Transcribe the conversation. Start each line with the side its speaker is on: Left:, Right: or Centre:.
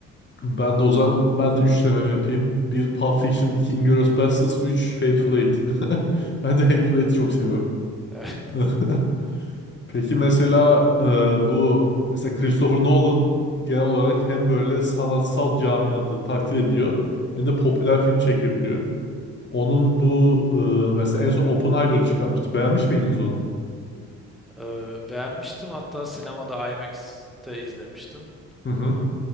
Left: Ben de o zaman ben de üçlememi yapayım. Bir Pulp Fiction, iki Inglourious Basterds, üç Hateful Eight. <laughs> Ben de Hateful Eight'i çok seviyorum.
Centre: <laughs> Evet.
Left: <laughs> Peki mesela e, bu mesela Christopher Nolan genel olarak hem böyle sanatsal camiada takdir ediyor hem de popüler film çekebiliyor. Onun bu e, mesela en son Oppenheimer'ı çıkarmıştı. Beğenmiş miydiniz onu?
Centre: Ee, beğenmiştim. Hatta sinemada IMAX'te izlemiştim.
Left: Hı hı.